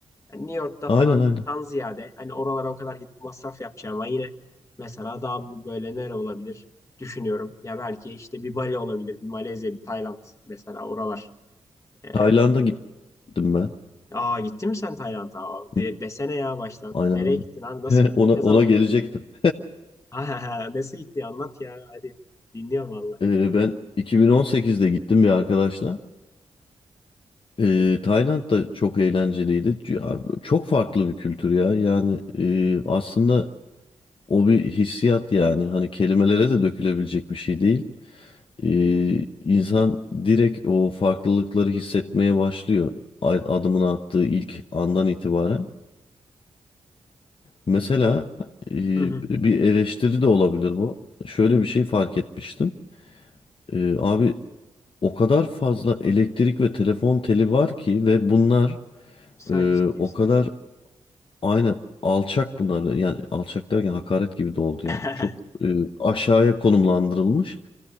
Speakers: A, on the left (about 25°); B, on the left (about 50°).
A: Hani New York'ta
B: aynen
A: falandan
B: aynen.
A: ziyade hani oralara o kadar gidip masraf yapacağım ama yine mesela daha bu böyle nere olabilir düşünüyorum. Ya belki işte bir Bali olabilir bir Malezya bir Tayland mesela oralar. Ee,
B: Tayland'a gittim ben.
A: Aa gittin mi sen Tayland'a? Aa, De
B: Hı hı,
A: desene ya baştan.
B: Aynen
A: Nereye
B: aynen.
A: gittin abi? Nasıl gittin?
B: <laughs> Ona ona
A: Ne zaman
B: gelecektim.
A: gittin? <laughs> Aa, nasıl gitti? Anlat ya. Hadi. Dinliyorum valla.
B: Ee, ben 2018'de gittim bir arkadaşla. Ee, Tayland da çok eğlenceliydi. C- ya, Çok farklı bir kültür ya. Yani e, aslında o bir hissiyat yani. Hani kelimelere de dökülebilecek bir şey değil. Ee, insan direkt o farklılıkları hissetmeye başlıyor. A- Adımını attığı ilk andan itibaren. Mesela e,
A: Hı hı.
B: bir eleştiri de olabilir bu. Şöyle bir şey fark etmiştim. Ee, abi o kadar fazla elektrik ve telefon teli var ki ve bunlar
A: Sen
B: e,
A: ciddi
B: o
A: misin
B: kadar
A: ya?
B: aynı alçak bunlar yani alçak derken hakaret gibi de oldu
A: <laughs>
B: yani çok e, aşağıya konumlandırılmış